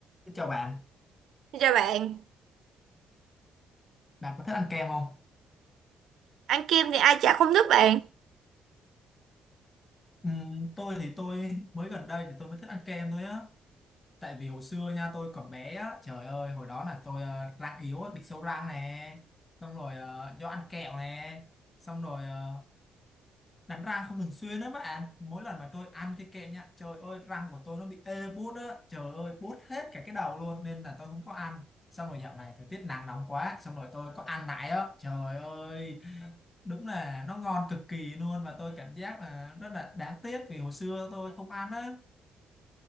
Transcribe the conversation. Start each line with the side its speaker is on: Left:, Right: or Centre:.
Left: Xin chào bạn,
Right: Xin Chào bạn,
Left: bạn có thích ăn kem không?
Right: ăn kem thì ai chả không thích bạn
Left: Ừ, tôi thì tôi mới gần đây thì tôi mới thích ăn kem thôi á tại vì hồi xưa nha tôi còn bé á trời ơi hồi đó là tôi ờ, răng yếu á, bị sâu răng nè xong rồi ờ, do ăn kẹo nè xong rồi ờ, đánh răng không thường xuyên đó bạn mỗi lần mà tôi ăn cái kem nha trời ơi răng của tôi nó bị ê buốt á trời ơi buốt hết cả cái đầu luôn nên là tôi không có ăn xong rồi dạo này thời tiết nắng nóng quá xong rồi tôi có ăn lại á trời ơi đúng là nó ngon cực kỳ luôn và tôi cảm giác là rất là đáng tiếc vì hồi xưa tôi không ăn á